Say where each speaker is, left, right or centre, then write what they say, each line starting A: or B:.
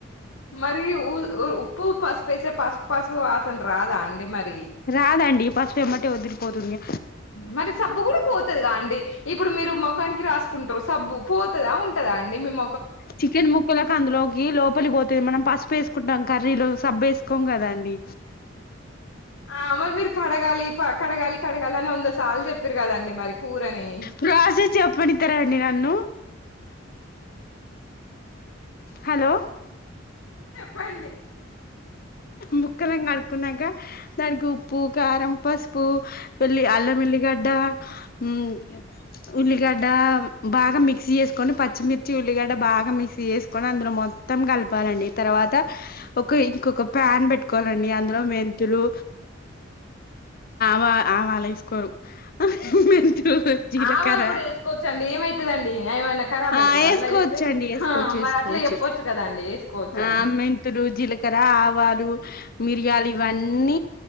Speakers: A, on the left (about 85°); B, on the left (about 50°).
A: మరిఊ పూ పసుపుేసే పసుపు పసుపు వాసన రాదా అండి మరి
B: రాదండి బస్పు వెమ్మంటే వద్దిలిపోతుంది
A: మరి సబ్బు కూడా పోతుదిగా అండి ఇప్పుడు మీరు ముఖానికి రాసుకుంటు సబ్బు పోతదా ఉంటదా అండి మేము
B: చికెన్ ముక్కలలకు అందులోకి లోపలి పోతు మనం పసుపు వేసుకుంటాం కర్రీలో సబ్రు వేసుకోం కదా అండి
A: ఆ మర్ మీరు కడగాళి కడగాలి కడగాలి అని వంద సార్లు చెప్పిారు కదండి మరి కూరని
B: ప్రాసెస్ చెప్పనిత్తరా అండి నన్ను హలో
A: చెప్పండి
B: ముక్కలను కడుకున్నాక దానికి ఉప్పు కారం పసుపు వెళ్ళలి ఆల మలి గడ్డా ఉ ఉల్లిగడ్డ బాగా మిక్సీ చేసుకొని పచ్చిమిర్చి ఉల్లిగడ్డ బాగా మిక్సీ చేసుకొని అందులో మొత్తం కలపాలండి తర్వాత ఒక ఇంకొక ప్యాన్ బట్ కోవాలండి అందులో మెంతులు వా ఆ వాళ కోరు మెంతలు జీలకర
A: ఆవాలు కూడా వేసుకోవచ్చండి ఏమైతదండి ఏమైనా ఖరాబ్
B: ఆ
A: అయితాయా
B: వేసుకోవచ్చండి
A: అల్లా వేస్తే
B: వేసుకోవచ్చు
A: హా
B: వేసుకోవచ్చు
A: మరి అట్లా చెప్పొచ్చు కదండి వేసుకోవచ్చు అని
B: ఆ మెంతులు జీలకర ఆవాలు మిరియాలు ఇవన్నీ అన్న